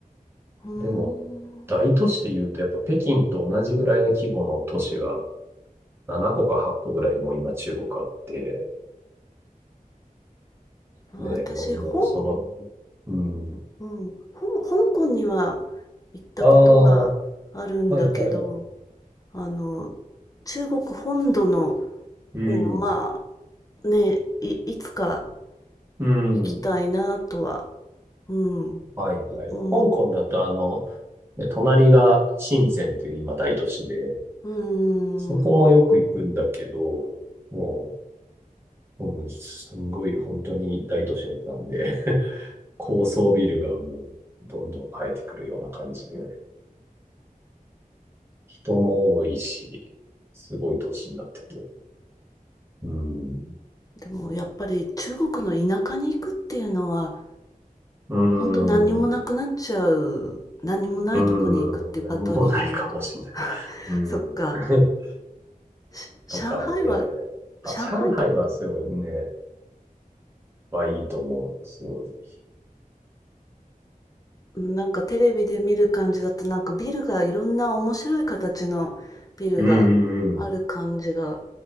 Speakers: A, on the left; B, on the right.
A: うーん、
B: でも大都市で言うとやっぱ北京と同じぐらいの規模の都市が7個か8個ぐらいもう今中国あって、
A: 私、
B: ね、もう、もうその、
A: 香、
B: うん、
A: うん、香香港には行ったことがあるんだけど、
B: ああ、はいはいはい。
A: あの、中国本土の
B: うん、
A: んまあ、ね、い、いつか
B: うん、
A: 行きたいなとは、うん、
B: はいはい。
A: 思う、
B: 香港だとあの、ね隣が深センっていう今大都市で、
A: うーん。
B: そこもよく行くんだけど、もう、うん、すんごい本当に大都市なんで <laughs> 高層ビルがもうどんどん生えてくるような感じで、人も多いし、すごい都市になってて。うん。
A: でもやっぱり中国の田舎に行くっていうのは、
B: うん。
A: ほんと何にもなくなっちゃう、
B: うん。
A: 何にもなういとこに行ん。
B: 何もないかもしれない。
A: くっていうパターンになるのかな。<laughs>
B: うん。
A: そっか、
B: <laughs>
A: し上海は
B: とかね。
A: 上海と、
B: あ、上海はすごいね、はいいと思う。すごい。
A: なんかテレビで見る感じだと、なんかビルがいろんな面白い形のビルがある感じが
B: うんうんうん。